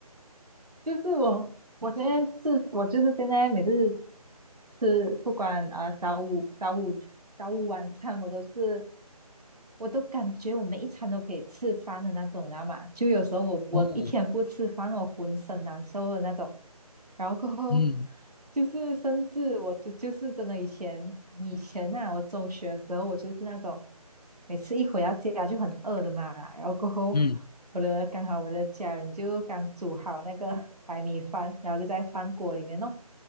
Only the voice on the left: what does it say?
哦，
嗯
嗯